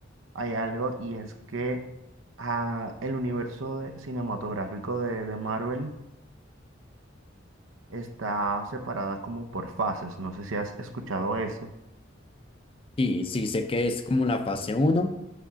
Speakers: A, on the right (about 85°); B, on the left (about 30°).
A: hay algo y es que ah, el universo de- cinematográfico de, de Marvel está separada como por fases. No sé si has escuchado eso.
B: Sí, sí sé que es como la fase uno